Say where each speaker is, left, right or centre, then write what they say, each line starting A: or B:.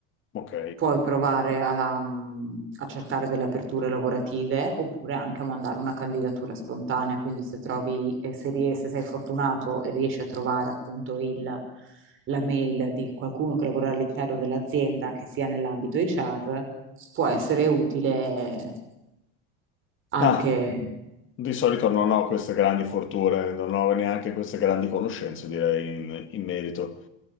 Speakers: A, on the left; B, on the right.
A: Ok.
B: Puoi provare a, mm, a cercare delle aperture lavorative oppure anche a mandare una candidatura spontanea. Quindi se trovi, eh, se, ries- se sei fortunato e riesci a trovare appunto il, la mail di qualcuno che lavora all'interno dell'azienda che sia nell'ambito HR, può essere utile anche.
A: Ah, di solito non ho queste grandi fortune, non ho neanche queste grandi conoscenze, direi, in, in merito.